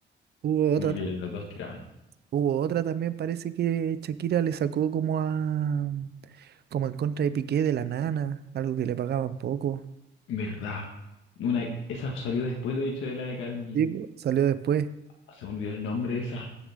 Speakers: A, on the right (about 55°); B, on the left (about 80°).
A: Hubo otra,
B: Como
A: ta-
B: que los dos tiraban.
A: hubo otra también, parece que Shakira le sacó como a como en contra de Piqué de la nana, algo que le pagaban poco.
B: ¿Verdad? Una, esa salió después, de hecho, de la de Karol G.
A: Sí, po, salió después,
B: Ah, Se me olvidó el nombre de esa.